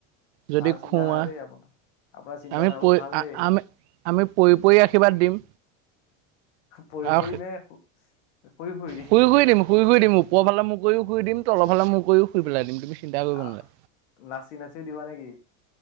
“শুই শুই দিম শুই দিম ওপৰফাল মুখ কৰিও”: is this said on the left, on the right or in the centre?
Right